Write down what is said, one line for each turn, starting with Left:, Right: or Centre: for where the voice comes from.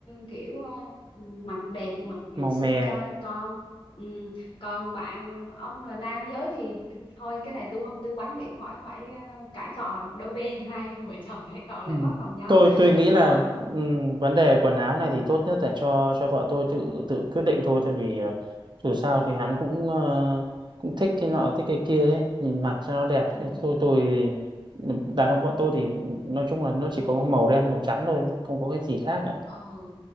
Left: kiểu ờ, mặc đẹp mặc ờ,
Right: Màu
Left: xinh
Right: mè.
Left: cho con Ừm, còn bạn ông là nam giới thì thôi cái này tôi không tư vấn để khỏi phải ờ, cãi cọ đôi bên <laughs> hai vợ chồng cãi cọ
Right: Ừ.
Left: lại mất lòng nhau
Right: Tôi tôi nghĩ
Left: rồi
Right: là ừm, vấn đề quần áo này thì tốt nhất là cho cho vợ tôi tự tự quyết định thôi tại vì ờ, dù sao thì hắn cũng ờ, cũng thích cái nọ thích cái kia đấy nhìn mặt cho nó đẹp
Left: ừm,
Right: Thế tôi tôi đàn ông bọn tôi thì nói chung là nó chỉ có màu đen màu trắng thôi không có cái gì khác
Left: ừ